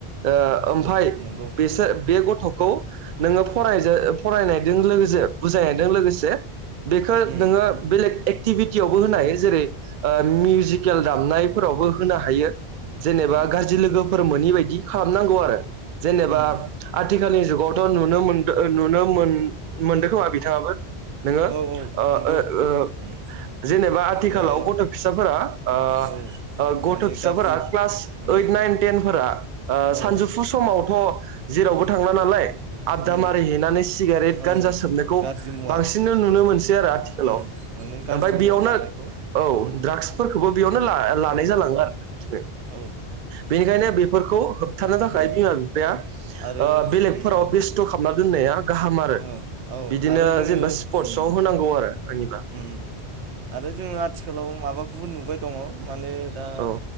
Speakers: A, on the right; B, on the right.
A: ओ ओमफ्राय
B: औ नंगौ
A: बेसोर बे गथ'खौ खौ नोङो फराय फरायनायदों लोगोसे बुजायनायदों लोगोसे बेखौ
B: उम
A: नोङो बेलेग एक्टि भिटियावबो होनाय जेरै ओ मिउजिकेल दामनाय फोराव बो होनो हायो। जेनेबा
B: औ
A: गाज्रि लोगो फोर मोनि बायदि खालामनांगौ आरो जेनेबा
B: उम
A: आथिखालनि जुगाव थ' नुनो मोनदों नुनो मोन मोनदों खोमा बिथाङाबो। नोङो
B: औ औ
A: ओ
B: नंगौ
A: ओ ओ
B: उम
A: जेनेबा आथिखालाव
B: माने
A: गथ' फिसा फोरा ओ
B: औ
A: ओ गथ'
B: माने
A: फिसा
B: गाज्रि
A: फोरा क्लास
B: उम
A: ओइट नाइन टेन फोरा सानजौफु
B: औ
A: समावथ' जेरावबो
B: उम
A: थांला नालाय आददा
B: उम
A: मारि हैनानै सिगारेट गान्जा
B: औ
A: सोबनायखौ
B: गाज्रि मुवा
A: बांसिननो नुनो मोन मोनसै आरो आथिखालाव
B: उम माने गाज्रि
A: ओमफ्राय
B: मुवा
A: बेयावनो
B: लानायखौ
A: औ
B: उम
A: द्राग्स फोरखौबो बेयावनो ला लानाय जालाङो आरो
B: औ
A: बेनिखायनो बेफोरखौ होब थानो थाखाय
B: उम
A: बिमा बिफाया
B: आरो
A: ओ बेलेग
B: उम
A: फोराव बेस्थ' खालामना दोननाया गाहाम आरो
B: ओ औ
A: बिदिनो
B: आरो जोङो
A: जेनेबा स्पर्टस
B: उम
A: आव होनांगौ आरो आंनिबा।
B: उम आरो जोङो आथिखालाव माबा खौबो नुबाय दङ माने दा
A: औ